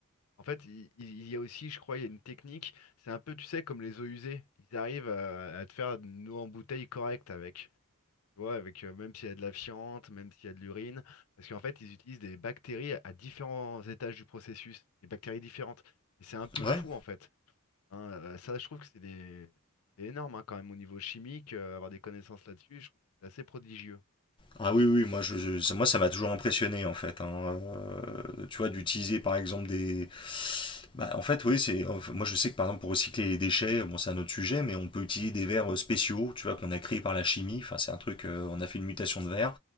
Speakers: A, on the left; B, on the left.
A: En fait, il, il- y a aussi, je crois, il y a une technique. C'est un peu, tu sais, comme les eaux usées. Ils arrivent à, à te faire une eau en bouteille correcte avec. Tu vois, avec euh, même s'il y a de la fiente, même s'il y a de l'urine. Parce qu'en fait, ils utilisent des bactéries à, à différents étages du processus, des bactéries différentes. Et c'est un peu
B: Ouais,
A: fou, en fait. Hein, euh, ça, je trouve que c'est des... c'est énorme, hein, quand même, au niveau chimique. euh, avoir des connaissances là-dessus, je trouve que c'est assez prodigieux.
B: Ah oui, oui, moi, je, je- ça- moi ça m'a toujours impressionné en fait. hein. Euh, tu vois, d'utiliser par exemple des. Bah, en fait, oui, c'est. en fait, Moi je sais que par exemple pour recycler les déchets, bon, c'est un autre sujet, mais on peut utiliser des verres euh, spéciaux, tu vois, qu'on a créés par la chimie. Enfin, c'est un truc, euh, on a fait une mutation de verre